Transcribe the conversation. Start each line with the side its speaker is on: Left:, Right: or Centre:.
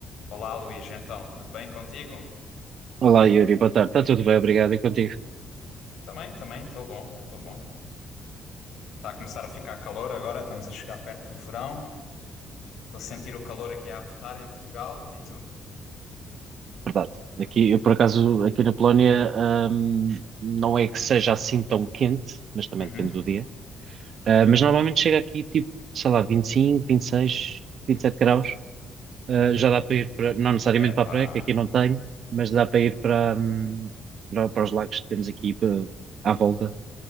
Left: Olá, Luís, então, tudo bem contigo?
Right: Olá Yuri, boa tarde. Está tudo bem, obrigado. E contigo?
Left: Também, também, estou bom, estou bom. Está a começar a ficar calor agora, estamos a chegar perto do verão. Estou a sentir o calor aqui a apertar em Portugal e tu?
Right: Verdade. Aqui, eu por acaso, aqui na Polónia, ahm, não é que seja assim tão quente, mas também
Left: Uhum.
Right: depende do dia. Ah, mas normalmente chega aqui tipo, sei lá, 25, 26, 27 graus. Ah, já dá para ir para, não necessariamente
Left: Epá.
Right: para a praia, que aqui não tenho, mas dá para ir para, hum, para, para os lagos que temos aqui para, à volta.